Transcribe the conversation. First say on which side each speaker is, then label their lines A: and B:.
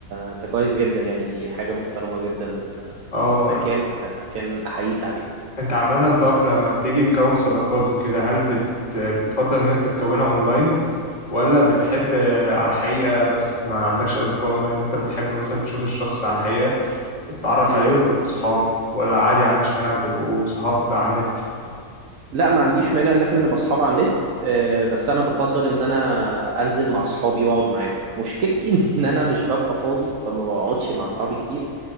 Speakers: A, on the right; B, on the left.
A: انت كويس جدا يعني دي حاجة محترمة جدا
B: اه
A: مكان مكان احييك عليه
B: انت عامة طب لما بتيجي تكون صداقات وكده هل بت... بتفضل ان انت تكونها اونلاين ولا بتحب على الحقيقة بس ما عندكش اصدقاء اونلاين انت بتحب مثلا تشوف الشخص على الحقيقة وتتعرف
A: مم.
B: عليه وتبقوا صحاب ولا عادي عندكش مانع تبقوا صحاب على النت
A: لا ما عنديش مانع ان احنا نبقى اصحاب على النت آه، بس انا بفضل ان انا انزل مع اصحابي واقعد معاهم مشكلتي <laughs> ان انا مش ببقى فاضي فما بقعدش مع اصحابي كتير